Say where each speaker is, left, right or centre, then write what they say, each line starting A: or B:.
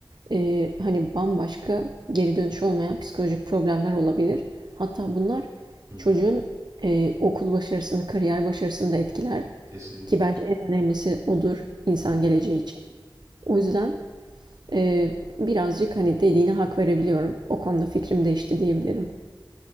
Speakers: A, on the right; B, on the right.
A: E, hani bambaşka geri dönüşü olmayan psikolojik problemler olabilir. Hatta bunlar
B: Hı,
A: çocuğun e, okul başarısını, kariyer başarısını da etkiler.
B: kesinlikle.
A: Ki bence en önemlisi odur insan
B: Hı hı.
A: geleceği için. O yüzden e, birazcık hani dediğine hak verebiliyorum. O konuda fikrim değişti diyebilirim.